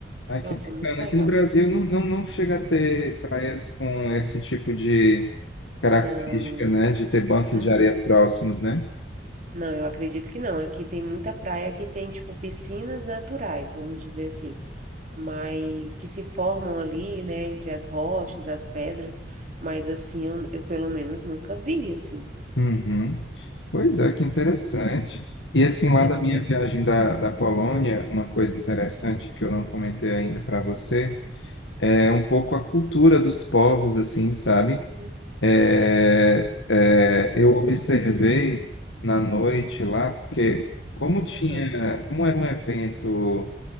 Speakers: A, on the left; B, on the right.
A: Ah,
B: Nossa,
A: que bacana.
B: muito legal.
A: Aqui no Brasil não, não, não chega a ter praias com esse tipo de característica,
B: Não,
A: né? De ter bancos
B: uh-uh.
A: de areia próximos, né?
B: Não, eu acredito que não. Aqui tem muita praia que tem, tipo, piscinas naturais, vamos dizer assim, mas que se formam ali, né, entre as rochas, as pedras, mas assim, eu, eu pelo menos nunca vi, assim.
A: Uhum. Pois é, que interessante. E assim, lá
B: É
A: da
B: bem
A: minha
B: legal.
A: viagem da, da Polônia, uma coisa interessante que eu não comentei ainda para você é um pouco a cultura dos povos, assim, sabe?
B: Uhum,
A: É, é, eu observei na noite lá, porque como tinha,
B: aham.
A: como era um evento